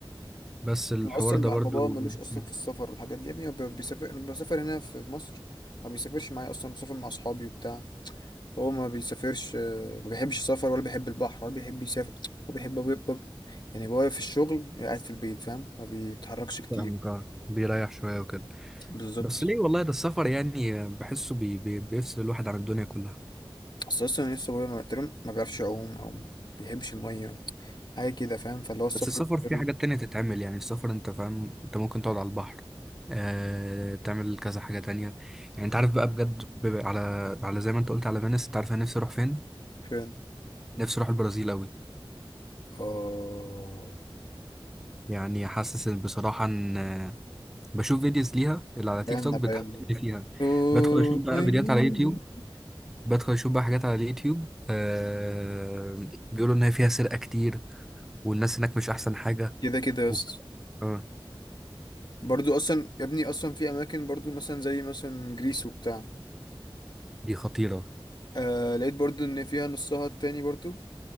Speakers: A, in the centre; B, on the left.
A: بس الحوار
B: هو اصلا
A: ده
B: بقى
A: برضو
B: بابا ملوش
A: <laughs>
B: اصلا
A: بي-
B: في السفر والحاجات دي يا ابني هو بيسافر انا بسافر هنا في مصر ما بيسافرش معايا اصلا بسافر مع اصحابي وبتاع هو ما بيسافرش آه، ما بيحبش السفر ولا بيحب البحر ولا بيحب يسافر هو بيحب هو بيبقى- يعني هو واقف في الشغل قاعد في البيت فاهم ما بيتحركش كتير
A: فاهمك آه. بيريح شوية وكده
B: بالظبط
A: بس ليه والله ده السفر يعني بحسه بي بي بيفصل الواحد عن الدنيا كلها
B: بس اصلا لسه هو ما تقريبا ما بيعرفش يعوم او ما بيحبش الميه حاجه كده فاهم فاللي هو السفر
A: بس السفر
B: بتاعه
A: فيه حاجات تانية تتعمل يعني السفر أنت فاهم أنت ممكن تقعد على البحر آه تعمل كذا حاجة تانية يعني أنت عارف بقى بجد ب- على على زي ما أنت قلت على فينيس أنت عارف أنا نفسي أروح فين؟
B: فين
A: نفسي أروح البرازيل أوي
B: اه
A: يعني حاسس إن بصراحة إن بشوف فيديوز ليها اللي على
B: بينا
A: تيك توك
B: بينا
A: بتحببني فيها
B: أوه،
A: بدخل مم. اشوف بقى
B: أيوه.
A: فيديوهات على يوتيوب بدخل اشوف بقى حاجات على اليوتيوب آه بيقولوا ان هي فيها سرقة كتير والناس هناك مش احسن حاجة
B: كده كده يا اسطى
A: و... آه
B: برضو اصلا يا ابني اصلا في اماكن برضو مثلا زي مثلا جريس وبتاع
A: دي خطيرة
B: آه لقيت برضو ان فيها نصها التاني برضو